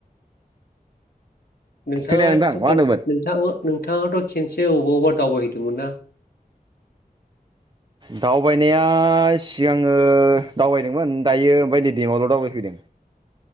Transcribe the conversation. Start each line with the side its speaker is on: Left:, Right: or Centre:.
Left: नोंथाङाथ'
Right: खोनाया नोंथां मा
Left: खिनसे
Right: होनदोंमोन
Left: नोंथाङा नोंथाङाथ' खेनसे अबावबा दावबायहैदोंमोन ना
Right: दावबायनाया सिगाङो दावबायदोंमोन दायो ओमफफ्राय नै देमावल' दावबायफैदों